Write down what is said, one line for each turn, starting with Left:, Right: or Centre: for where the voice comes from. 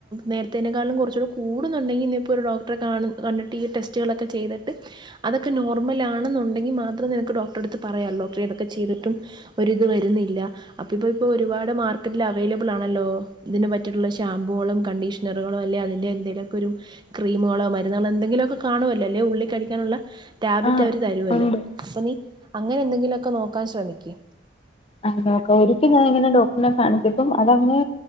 Right: നേരത്തേതിനേക്കാൾലും കൊർച്ചുടെ കൂടുന്നുണ്ടെങ്കി ഇനിയിപ്പോ ഒരു ഡോക്ടറെ കാണ്‌ കണ്ടിട്ട് ഈ ടെസ്റ്റുകളൊക്കെ ചെയ്ത്ട്ട് അതൊക്കെ നോർമലാണ്ന്നുണ്ടെങ്കി മാത്രം നിനക്ക് ഡോ ക്റ്ററട്ത്ത് പറയാ ഡോക്ടറെ ഇതൊക്കെ ചെയ്തിട്ടും ഒരിത് വരുന്നില്ല അപ്പ ഇപ്പൊ ഇപ്പൊ ഒരുപാട് മാർക്കറ്റില് അവൈലബിൾ ആണല്ലോ ഇതിന് പറ്റിട്ടുള്ള ഷാമ്പൂകളും കണ്ടീഷ് നറുകളോ അല്ലെ അതിന്റെ എന്തെലൊക്കെ ഒരു ക്രീമുകളോ മരുന്നുകളോ എന്തെങ്കിലോക്കെ കാണുവല്ലോ അല്ലെ ഉള്ളി കഴിക്കാനുള്ള ടാബ്ലറ്റ്
Left: ആഹ്
Right: അവര് തരുവല്ലോ
Left: ഉണ്ട്
Right: അപ്പ നീ അങ്ങനെ എന്തെങ്കിലോക്കെ നോക്കാൻ ശ്രമിക്ക്
Left: ആ നോക്ക ഒരിക്കെ ഞാന് ഇങ്ങനെ ഡോക്ടർനെ കാണിച്ചപ്പം അതങ്